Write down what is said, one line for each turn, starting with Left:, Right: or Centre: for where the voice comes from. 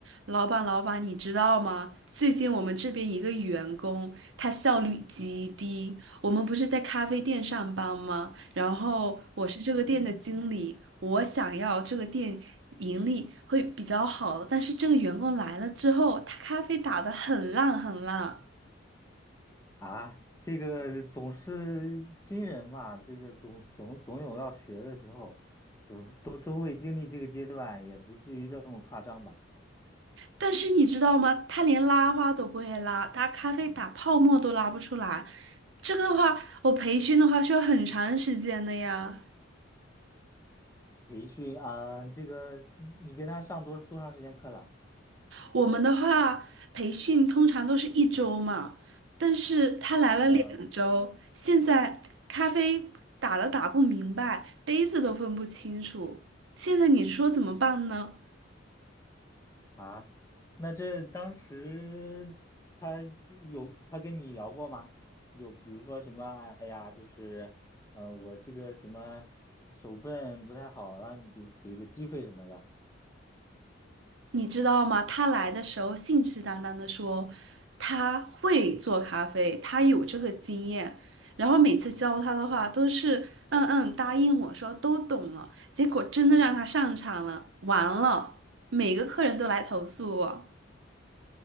Right: 老板，老板，你知道吗？最近我们这边一个员工，他效率极低。我们不是在咖啡店上班吗？然后我是这个店的经理，
Left: 嗯
Right: 我想要这个店盈利会比较好，但是这个员工来了之后，他咖啡打得很烂很烂。
Left: 啊，这个总是新人嘛，这个总总总有要学的时候，都都都会经历这个阶段，也不至于这么夸张吧？
Right: 但是你知道吗？他连拉花都不会拉，他咖啡打泡沫都拉不出来。这个的话，我培训的话需要很长时间的呀。
Left: 培训啊，这个你你跟他上多多长时间课了？
Right: 我们的话，培训通常都是一周嘛，但是他来了两周，
Left: 嗯、
Right: 现在咖啡打了打不明白，杯子都分不清楚，现在你说怎么办呢？
Left: 啊，那这当时他有他跟你聊过吗？有比如说什么，哎呀，就是嗯、呃我这个什么手笨不太好，让你给给个机会什么的。
Right: 你知道吗？他来的时候信誓旦旦的说他会做咖啡，他有这个经验，然后每次教他的话都是嗯嗯答应我说都懂了，结果真的让他上场了，完了，每个客人都来投诉我。